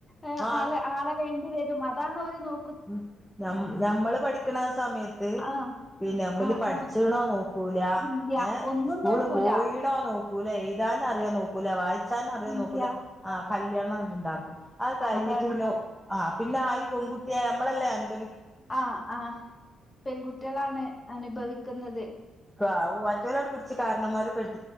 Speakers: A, on the left; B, in the centre.
A: ഏഹ്
B: ആ
A: ആളെ ആളെ വേണ്ടി വരും അതാണോര് നോ
B: ഉം ഞമ് ഞമ്മള് പഠിക്ക്‌ണാ ആ സമയത്ത്
A: ആഹ്
B: പിന്നെ ഇബല്
A: ആഹ്
B: പഠിച്ച്ക്കണോ
A: ആഹ്
B: നോ ക്കൂലാ
A: ഇല്ല
B: ഏഹ്
A: ഒന്നും
B: സ്കൂള്
A: നോക്കൂല
B: പോയീണോ നോ ക്കൂലാ എയ്താനറിയോ നോക്കൂലാ വായിച്ചാനറിയോ
A: ഇല്ല
B: നോക്കൂലാ ആഹ് കല്ല്യാണാണ്ട്ണ്ടാക്കും അത് കയിഞ്ഞിറ്റ്
A: അതാണ്
B: പിന്നെ ആഹ് പിന്നെ ആയി ഈ പെൺകുട്ട്യേ നമ്മളല്ലേ അനുഭവി
A: ആഹ് ആഹ് പെൺകുട്ട്യേളാണ് അനുഭവിക്ക്ന്നത്
B: ക്കാ ഓ മറ്റോലാണ്ട് പിടിച്ച് കാരണമ്മാര് കെട്